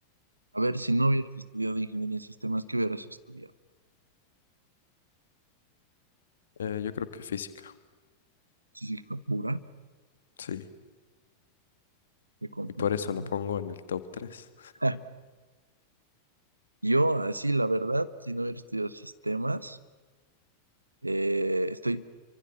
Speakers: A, on the right; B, on the left.
A: a ver, si no hubieras estudiado ingeniería en sistemas, ¿qué hubieras estudiado?
B: Eh, yo creo que física,
A: Física pura,
B: sí.
A: qué complicado.
B: Y por eso la pongo en el top tres
A: <laughs> Yo, así, la verdad, si no hubiera estudiado sistemas, eh, estoy